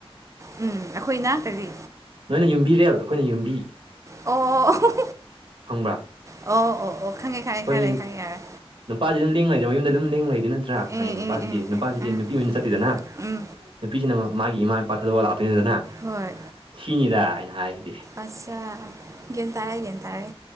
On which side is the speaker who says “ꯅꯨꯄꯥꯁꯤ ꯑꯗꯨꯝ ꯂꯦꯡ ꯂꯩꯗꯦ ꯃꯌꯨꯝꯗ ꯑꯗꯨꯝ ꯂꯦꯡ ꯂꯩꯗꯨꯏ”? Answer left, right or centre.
Right